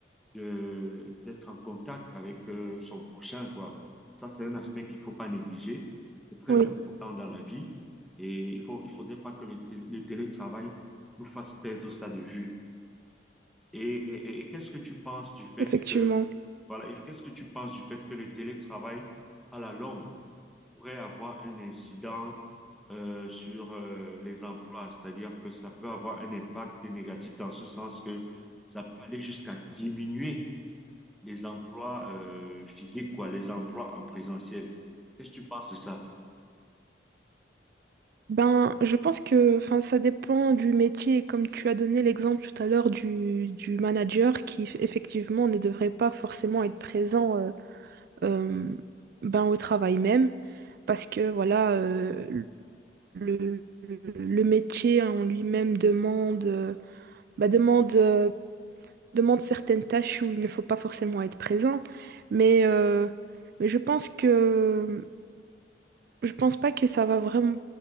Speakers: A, in the centre; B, on the right.
A: de, d'être en contact avec euh, son prochain, quoi. Ça, c'est un aspect qu'il faut pas négliger. C'est très
B: oui,
A: important dans la vie et il faut, il faudrait pas que le, tél- le télétravail nous fasse perdre ça de vue. Et, et- et- et qu'est-ce que tu penses du fait
B: effectivement.
A: que, voilà, et qu'est-ce que tu penses du fait que le télétravail, à la longue, pourrait avoir un incident euh, sur euh, les emplois, c'est-à-dire que ça peut avoir un impact négatif dans ce sens que ça peut aller jusqu'à diminuer les emplois euh, physiques, quoi, les emplois en présentiel. Qu'est-ce que tu penses de ça?
B: Ben, je pense que enfin, ça dépend du métier. Comme tu as donné l'exemple tout à l'heure du, du manager qui, effectivement, ne devrait pas forcément être présent euh, euh, ben, au travail même, parce que voilà, euh, le, le métier en lui-même demande, euh, bah, demande, euh, demande certaines tâches où il ne faut pas forcément être présent. Mais, euh, mais je pense que je pense pas que ça va vraiment,